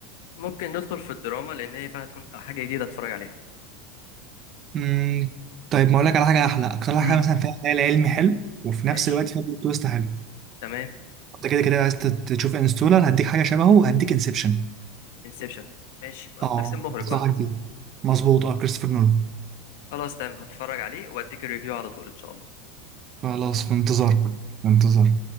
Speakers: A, on the left (about 65°); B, on the right (about 25°).
A: ممكن ندخل في الدراما لان هي فعلا هتكون حاجه جديده اتفرج عليها
B: امم طيب ما اقول لك على حاجه احلى اكتر
A: امم
B: حاجه مثلا فيها خيال علمي حلو وفي نفس
A: ماشي
B: الوقت فيها بلوت تويست حلو
A: تمام
B: انت كده كده عايز تت- تشوف انستولر هديك حاجه شبهه هديك انسبشن
A: انسبشن ماشي نفس
B: اه
A: المخرج
B: انصحك
A: قلت
B: بيه مظبوط اه كريستوفر نولان
A: خلاص تمام هتفرج عليه واديك الريفيو على طول ان شاء الله
B: خلاص في انتظارك في انتظارك